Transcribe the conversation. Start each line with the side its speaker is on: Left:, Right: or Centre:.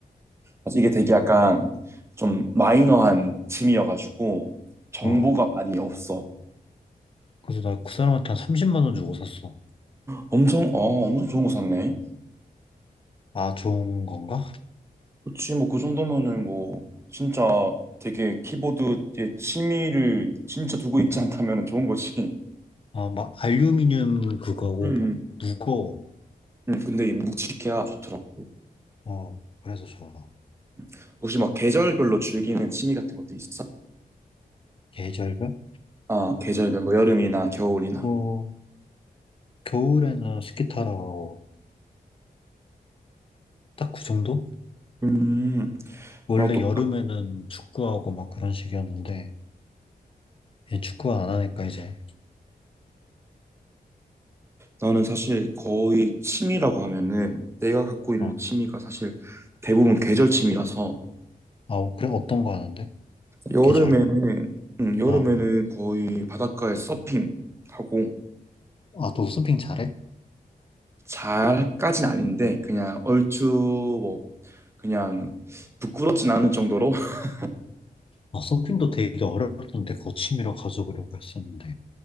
Right: 맞아. 이게 되게 약간 좀 마이너한 취미여가지고 정보가
Left: 어.
Right: 많이 없어.
Left: 그래서 나 그 사람한테 한 30만 원 주고 샀어.
Right: 엄청, 아, 엄청 좋은 거 샀네.
Left: 아, 좋은 건가?
Right: 그치, 뭐 그 정도면은 뭐 진짜 되게 키보드에 취미를 진짜 두고 있지 않다면 좋은 거지.
Left: 아, 막 알루미늄 그거고,
Right: 음,
Left: 막 무거워.
Right: 음, 근데 이 묵직해야 좋더라고.
Left: 어, 그래서 좋아.
Right: 음. 혹시 막 계절별로 즐기는 취미 같은 것도 있어?
Left: 계절별?
Right: 아, 계절별, 뭐 여름이나 겨울이나.
Left: 뭐, 겨울에는 스키 타러 가고 딱 그 정도?
Right: 음,
Left: 원래
Right: 나도
Left: 여름에는 축구하고 막 그런 식이었는데 얘 축구 안 하니까 이제
Right: 나는 사실 거의 취미라고 하면은 내가 갖고 있는
Left: 어.
Right: 취미가 사실 대부분 계절 취미라서
Left: 아 그래 어떤 거 하는데?
Right: 여름에는
Left: 계절?
Right: 음, 여름에는
Left: 어.
Right: 거의 바닷가에 서핑 하고
Left: 아너 서핑 잘해?
Right: 잘까진 아닌데 그냥 얼추 뭐 그냥 부끄럽진 않을 정도로 <laughs>
Left: 아 서핑도 되게 어렵던데 그거 취미로 가져보려고 했었는데